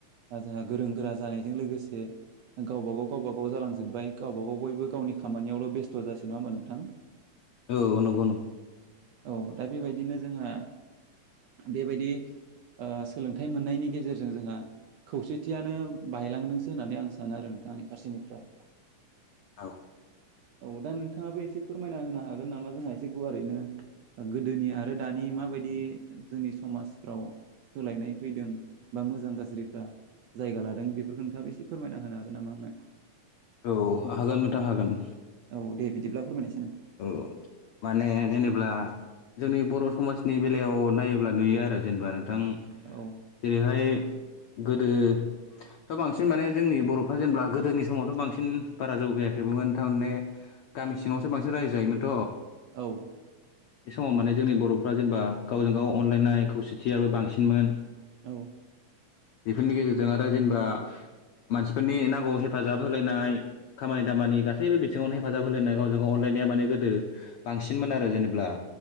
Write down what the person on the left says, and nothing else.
औ नंगौ नंगौ
औ
औ हागोन नोंथां हागोन
औ माने जेनेब्ला जोंनि बर समाजनि बेलायाव नायोब्ला नुयो आरो जेनेबा नोंथां
जेरैहाय गोदो दा बांसिन माने जोंनि बरफ्रा जेनेबा गोदोनि समावथ बांसिन बारा जौगायाखैबोमोन थारमाने गामि सिङावसो बांसिन रायजो जायोमोनथ
बे समाव माने जोंनि बरफ्रा जेनेबा गावजों गाव अनलायनाय खौसेथियाबो बांसिनमोन
बेफोरनि गेजेरजों आरो जेनेबा मानसिफोरनि नांगौ हेफाजाब होलायनाय खामानि दामानि गासैबो बिथिङावनो हेफाजाब होलायनाय गावजों गाव अनलायनाया माने गोदो बांसिनमोन आरो जेनेब्ला